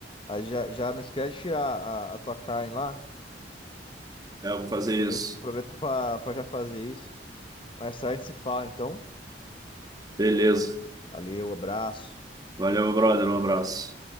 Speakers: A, on the left; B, on the right.
A: Ah, já, já não esquece de tirar a, a tua carne lá.
B: É, eu vou fazer
A: Aproveita,
B: isso.
A: aproveita pra, pra já fazer isso. Mais tarde se fala, então.
B: Beleza.
A: Valeu, abraço.
B: Valeu, meu brother. Um abraço.